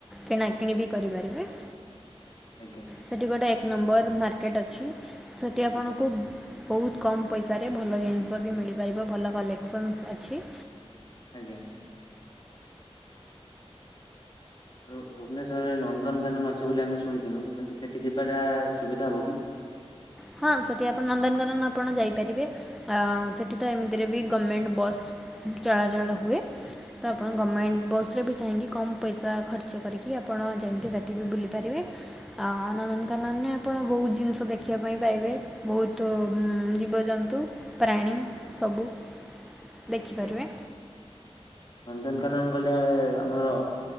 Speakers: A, in the centre; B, on the left (about 45°).
A: କିଣାକିଣି ବି କରିପାରିବେ।
B: ଆଜ୍ଞା।
A: ସେଠି ଗୋଟେ ଏକ ନମ୍ବର ମାର୍କେଟ୍ ଅଛି ସେଠି ଆପଣଙ୍କୁ
B: ଆଜ୍ଞା
A: ବହୁତ୍ କମ୍ ପଇସାରେ ଭଲ ଜିନିଷ ବି ମିଳିପାରିବ ଭଲ କଲେକ୍ସନ ଅଛି।
B: ଆଜ୍ଞା। ଆ ଭୁବନେଶ୍ଵରରେ ନନ୍ଦନକାନନ ଅଛି ବୋଲି ଆମେ ଶୁଣିଥିଲୁ ସେଠି ଯିବାଟା ସୁବିଧା ହବ କି?
A: ହଁ ସେଠି ଆପଣ ନନ୍ଦନକାନନ ଆପଣ ଯାଇପାରିବେ ସେଠି ତ ଏମିତିରେ ବି ଗମେଣ୍ଟ ବସ୍ ଚଳାଚଳ ହୁଏ ତ ଆପଣ
B: ଆଜ୍ଞା
A: ଗମେଣ୍ଟ ବସ ରେ ବି ଚାହିଁକି କମ୍ ପଇସା ଖର୍ଚ୍ଚ କରିକି ଆପଣ ଯାଇକି ସେଠି ବି ବୁଲିପାରିବେ। ଆ ନନ୍ଦନକାନନ ନେ ଆପଣ ବହୁତ ଜିନିଷ ଦେଖିବ ଦେଖିବା ପାଇଁ ପାଇବେ ବହୁତ ଜୀବଜନ୍ତୁ ପ୍ରାଣୀ ସବୁ ଦେଖିପାରିବେ
B: ଆଜ୍ଞା। ନନ୍ଦନକାନନ ଗଲେ ଆମର